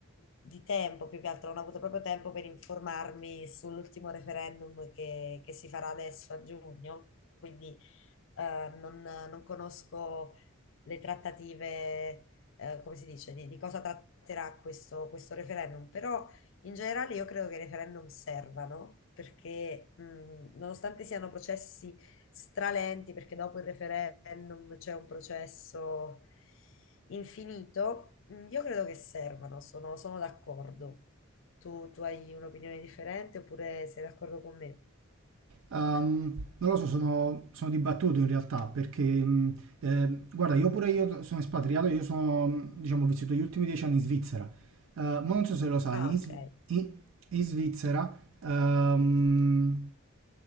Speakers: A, on the left; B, on the right.
A: di tempo, più che altro non ho avuto proprio tempo per informarmi sull'ultimo referendum che, che si farà adesso a giugno, quindi eh, non non conosco le trattative eh, come si dice, di, di cosa tratterà questo, questo referendum, però in generale io credo che i referendum servano perché mh, nonostante siano processi stralenti, perché dopo il referendum c'è un processo infinito, mh, io credo che servano, sono, sono d'accordo. Tu, tu hai un'opinione differente oppure sei d'accordo con me?
B: Ehm, non lo so, sono, sono dibattuto in realtà perché, mh, eh, guarda, io pure io sono espatriato, io sono, mh, diciamo, ho vissuto gli ultimi dieci anni in Svizzera. Eh, ma non so se lo sai,
A: Ah,
B: in, Svi-
A: ok,
B: in- in Svizzera ehm,